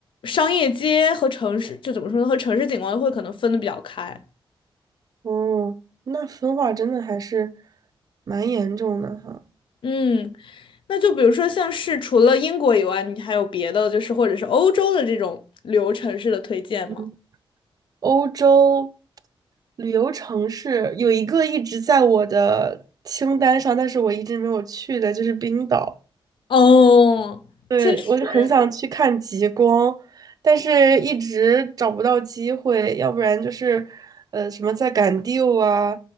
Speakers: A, on the left; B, on the right.
A: 商业街和城市，就怎么说呢，和城市景观会可能分的比较开。
B: 哦，那分化真的还是蛮严重的哈。
A: 嗯，那就比如说像是除了英国以外，你还有别的就是或者是欧洲的这种旅游城市的推荐吗？
B: 嗯，欧洲旅游城市有一个一直在我的清单上，但是我一直没有去的，就是冰岛。
A: 哦，
B: 对，
A: 确实。
B: 我是很想去看极光，但是一直找不到机会，要不然就是呃什么在赶 due 啊，